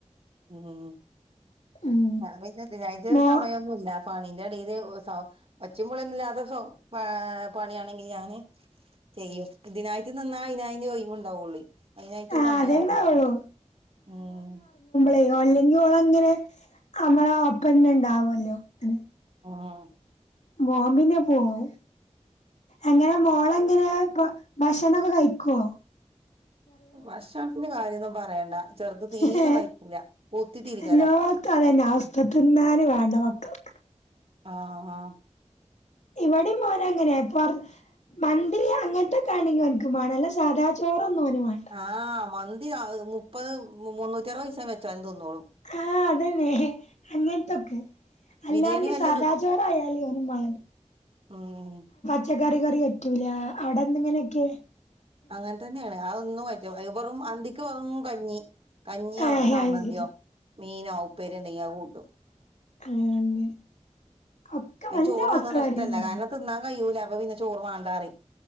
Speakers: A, on the right; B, on the left.
A: ഉം
B: ഉം
A: <unintelligible> തിനായിട്ട് ഒര്
B: മോ
A: സമയൊന്നുല്ല പണീന്റെ ഇടയില് സൗ ഒച്ചിം ബുളിയൊന്നുയ്യാത്തെ സൗ ഏ പണിയാണെങ്കിൽ ഞാന് ചെയ്യും ഇതിനായിട്ട് ന്നറഞ്ഞ അയിന് അയിന് ഒയ്വ്ണ്ടാവൊള്ളോയ് അയിനായിട്ട്
B: ആ
A: സമയെവ്ട്ന്ന്
B: അതേ ഉണ്ടാവുള്ളൂ
A: ഉണ്ടാവുന്ന ഉം
B: <unintelligible> അല്ലെങ്കിൽളങ്ങനെ നമ്മളെ ഒപ്പന്നെ ഉണ്ടാവല്ലോ അങ്ങനെ
A: ആഹ്
B: നോമ്പിനാ പോണ് എങ്ങനെ മോള എങ്ങനെ ഇ ഭക്ഷണൊക്കെ കഴിക്കോ
A: ഭക്ഷണത്തിന്റെ കാര്യോന്നും പറയണ്ട ചെറുത്
B: <unintelligible>
A: തീരെ
B: ഏ
A: കഴിക്കൂല കുത്തിത്തിരിക്കല
B: എല്ലോത്ത അതന്നെ അവസ്ഥ തിന്നാന് വേണ്ട മക്കൾക്ക്
A: ആഹ് ആഹ്
B: ഇവടിം മാണം അങ്ങനെ പ മന്തി അങ്ങൻത്തൊകണെങ്കി ഓൻ ക്ക് മാണം അല്ലെ സാധാ ചോ ചോറൊന്നോനുമാണ്ട
A: ആഹ് മന്തി മുപ്പത് മുന്നൂറ്റിഅറപത് ദിവസം വെച്ചാലും തിന്നോളും
B: ആഹ് അതന്നെ അങ്ങനത്തൊക്കെ അല്ലാണ്ട്
A: ബിരിയാണി വല്യ
B: സാദാചോറായല് ഓന്ക്ക് മാണ്ട
A: ആഹ്
B: പച്ച കറി കറി പറ്റൂല അവിടെ എന്തങ്ങനെയൊക്കെ
A: അങ്ങനെ തന്നെയാണ് അതൊന്നും പറ്റ് ല വെറും അന്തിക്ക് വെറും കഞ്ഞി കഞ്ഞിയോ,
B: ആഹ്
A: സമ്മന്തിയോ,
B: അത് ശരി
A: മീനോ, ഉപ്പേരി ണ്ടെങ്കി ത് കൂട്ടും
B: ക്കങ്ങന്ന് ഒക്കെ
A: അതിന്
B: വല്ല
A: ചോറ്
B: മക്കൾ
A: തിന്നണ ഇഷ്ടല്ല
B: അരേ പോലെന്ന
A: കാരണം തിന്നാൻ കയ്യൂല അപ്പൊ പിന്നെ ചോറ് വാണ്ടാറിം